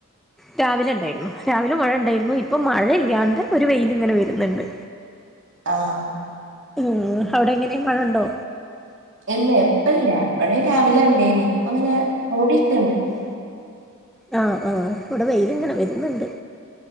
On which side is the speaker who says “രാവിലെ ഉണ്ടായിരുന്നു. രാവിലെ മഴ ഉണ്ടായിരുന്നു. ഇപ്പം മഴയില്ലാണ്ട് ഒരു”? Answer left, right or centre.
Centre